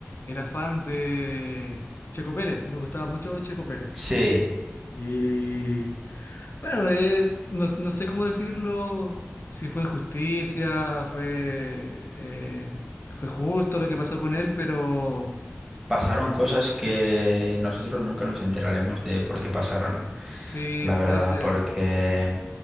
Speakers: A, on the left (about 60°); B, in the centre.
A: era fan de Checo Pérez, me gustaba mucho Checo Pérez.
B: Sí,
A: Y Bueno, eh, no, no sé cómo decirlo, si fue injusticia, fue, eh, fue justo lo que pasó con él, pero
B: pasaron cosas que nosotros nunca nos enteraremos de por qué pasaron,
A: sí,
B: la verdad,
A: puede ser.
B: porque